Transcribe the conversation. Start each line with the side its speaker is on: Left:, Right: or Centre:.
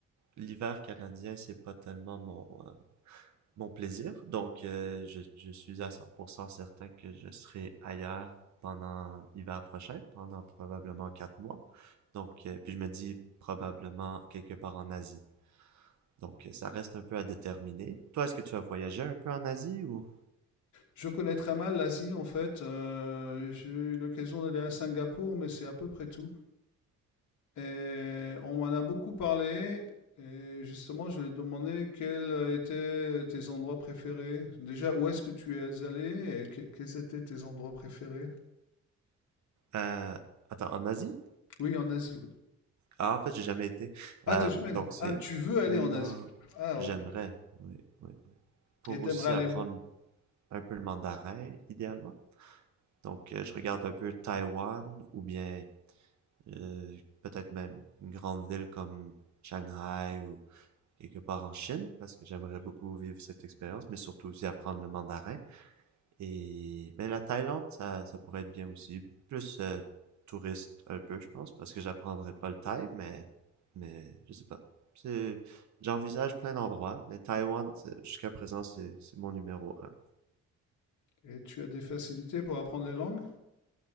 Right: l'hiver canadien, c'est pas tellement mon, euh, mon plaisir. Donc, euh, je, je suis à 100% certain que je serai ailleurs pendant l'hiver prochain, pendant probablement quatre mois. Donc, euh, puis je me dis probablement quelque part en Asie. Donc, euh, ça reste un peu à déterminer. Toi, est-ce que tu as voyagé un peu en Asie ou...
Left: Je connais très mal l'Asie en fait. Euh, j'ai eu l'occasion d'aller à Singapour, mais c'est à peu près tout. Et on m'en a beaucoup parlé. Et justement, je lui ai demandé quels étaient tes endroits préférés. Déjà, où est-ce que tu es allé et que- quels étaient tes endroits préférés?
Right: Euh, attends, en Asie?
Left: Oui, en Asie, oui.
Right: Ah, en fait, j'ai jamais été.
Left: Ah,
Right: Euh,
Left: t'es Oui. jamais
Right: donc,
Left: allé.
Right: c'est...
Left: Ah, tu veux aller
Right: Non,
Left: en Asie. Ah,
Right: j'aimerais.
Left: ok.
Right: Oui, oui, oui. Pour
Left: Et t'aimerais
Right: aussi
Left: aller
Right: apprendre
Left: où?
Right: un peu le mandarin, idéalement. Donc, euh, je regarde un peu Taïwan ou bien euh, peut-être même une grande ville comme Shanghai ou quelque part en Chine, parce que j'aimerais beaucoup vivre cette expérience, mais surtout aussi apprendre le mandarin. Et mais la Thaïlande, ça, ça pourrait être bien aussi, plus euh, touriste un peu, je pense, parce que j'apprendrai pas le thaï, mais mais je sais pas. C'est j'envisage plein d'endroits, mais Taïwan jusqu'à présent c'est c'est mon numéro un.
Left: Et tu as des facilités pour apprendre les langues?